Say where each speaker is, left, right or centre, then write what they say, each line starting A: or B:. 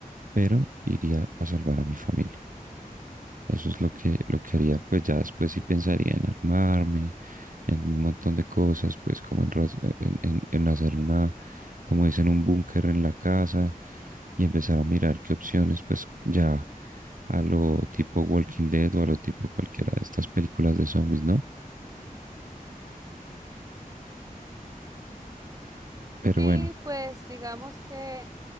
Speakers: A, on the right (about 65°); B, on the right (about 25°).
A: pero iría a salvar a mi familia. Eso es lo que, lo que haría, pues ya después sí pensaría en armarme, en un montón de cosas, pues como en, ras- eh, en, en- en hacer una, como dicen, un búnker en la casa y empezar a mirar qué opciones, pues ya a lo tipo Walking Dead o a lo tipo cualquiera de estas películas de zombies, ¿no? Pero
B: Sí,
A: bueno,
B: pues digamos que,